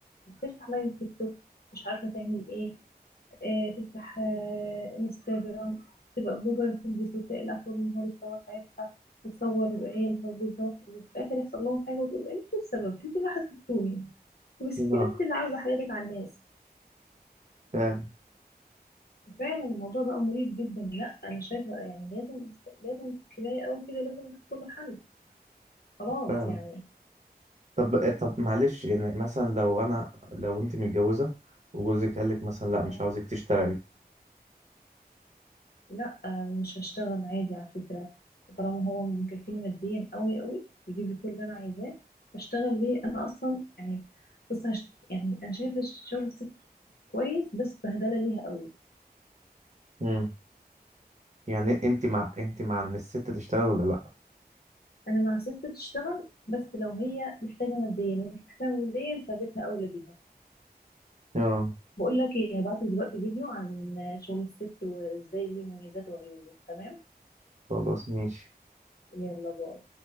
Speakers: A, on the left; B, on the right.
A: بتفتح لايف تيك توك مش عارفة تعمل ايه آه، تفتح آه، انستجرام تبقى بلوجر تلبس وتقلع طول النهار تصور حياتها وتصور عيالها وجوزها وفي الاخر يحصل لهم حاجه وتقول انتوا السبب انتوا اللي حسدتوني بس
B: آه،
A: انت انت اللي عارضه حياتك على الناس
B: فعلا
A: فعلا الموضوع بقى مريب جدا لا انا شايفه يعني لازم لازم كفايه قوي كده لازم نحط له حل خلاص
B: فعلا
A: يعني
B: طب طب معلش يعني مثلا لو انا لو انت متجوزه وجوزك قال لك مثلا
A: آه،
B: لا مش عاوزك تشتغلي
A: لا آه، مش هشتغل عادي على فكرة طالما هو مكفيني ماديا قوي قوي بيجيب لي كل اللي انا عايزاه هشتغل ليه انا اصلا يعني بص هشت... يعني انا شايفة شغل الست كويس بس بهدلة ليها قوي
B: مم. يعني انت مع انت مع ان الست تشتغل ولا لا
A: انا مع ست تشتغل بس لو هي محتاجة ماديا ومش محتاجة ماديا فبيتها اولى بيها
B: اه
A: بقول لك ايه هبعت لك دلوقتي فيديو عن شغل الست وازاي ليه مميزاته وعيوبه تمام
B: خلاص ماشي
A: يلا باي